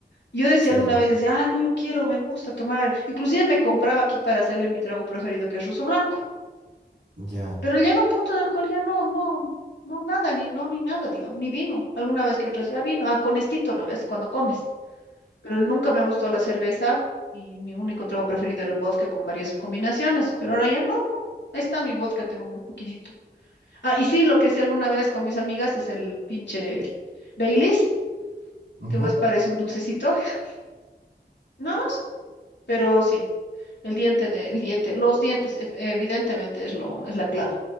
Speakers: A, on the left (about 80°); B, on the right (about 90°).
A: Yo decía
B: Sí,
A: alguna vez, decía, ay, no, yo quiero, me gusta tomar. Inclusive me compraba aquí para hacerme mi trago preferido, que es ruso blanco.
B: ya.
A: Pero llega un punto en el cual ya no, no, no nada, ni no, ni nada, digamos, ni vino. Alguna vez que otra decía, "Ah, vino, ah, con estito, ¿no ves? Cuando comes. Pero nunca me ha gustado la cerveza y mi único trago preferido era el vodka con varias combinaciones. Pero ahora ya no, no. Ahí está mi vodka, tengo un poquitito. Ah, y sí, lo que hacía alguna vez con mis amigas es el pinche Baileys,
B: Ujú.
A: que más parece un dulcecito, <laughs> nada más, pero sí, el diente de, el diente, los dientes, ef- evidentemente es lo, es la clave.